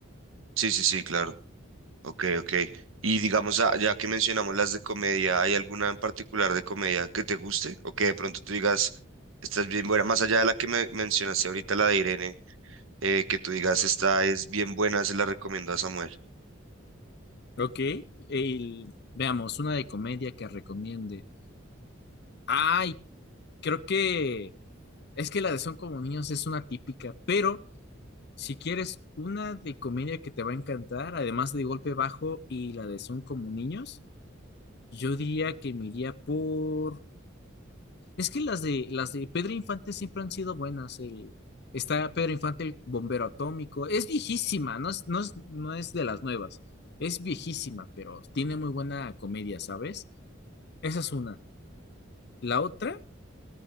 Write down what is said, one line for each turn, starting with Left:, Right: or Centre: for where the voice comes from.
Right: Sí, sí, sí, claro. Ok, ok. Y digamos, ah, ya que mencionamos las de comedia, ¿hay alguna en particular de comedia que te guste? O que de pronto tú digas, esta es bien buena, más allá de la que me mencionaste ahorita, la de Irene, eh, que tú digas, esta es bien buena, se la recomiendo a Samuel.
Left: Ok, el- veamos, una de comedia que recomiende. Ay, creo que es que la de Son como niños es una típica, pero... Si quieres una de comedia que te va a encantar, además de Golpe Bajo y la de Son como niños, yo diría que me iría por... Es que las de, las de Pedro Infante siempre han sido buenas. El... Está Pedro Infante, el bombero atómico. Es viejísima, no es, no es, no es de las nuevas. Es viejísima, pero tiene muy buena comedia, ¿sabes? Esa es una. La otra